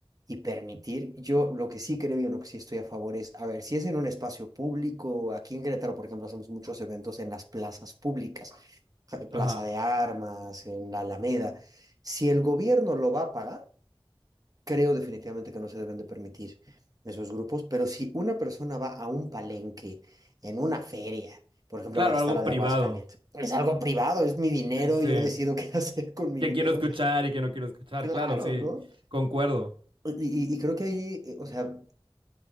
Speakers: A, on the right (about 40°); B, on the right (about 60°).
A: y permitir. Yo lo que sí creo y en lo que sí estoy a favor es, a ver, si es en un espacio público, aquí en Querétaro, por ejemplo, hacemos muchos eventos en las plazas públicas, eh, Plaza
B: Ajá.
A: de Armas, en la Alameda. Si el gobierno lo va a pagar, creo definitivamente que no se deben de permitir esos grupos, pero si una persona va a un palenque, en una feria, por ejemplo,
B: Claro,
A: ahora que está
B: algo
A: la de
B: privado.
A: Aguascalientes. Es algo privado, es mi dinero,
B: Sí, sí, sí.
A: y yo decido <laughs> qué hacer con mi
B: Que
A: dinero
B: quiero escuchar y que no quiero escuchar,
A: Claro,
B: claro, sí.
A: ¿no?
B: Concuerdo.
A: Y, y- y creo que ahí, eh, o sea,